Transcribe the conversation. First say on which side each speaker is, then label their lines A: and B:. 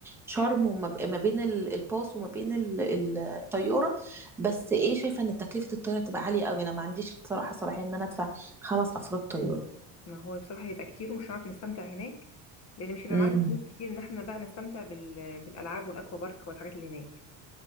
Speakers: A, in the centre; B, on the left.
A: الشرم وما ب- ما بين ال- الباص وما بين ال- ال- الطياره بس ايه شايفه ان تكلفه الطياره تبقى عاليه قوي انا ما عنديش بصراحه صلاحيه ان انا ادفع خمس افراد طياره
B: ما هو بصراحه هيبقى كتير ومش هنعرف نستمتع هناك لان مش هيبقى
A: امم
B: معانا فلوس كتير ان احنا بقى نستمتع بال... بالالعاب والاكوا بارك والحاجات اللي هناك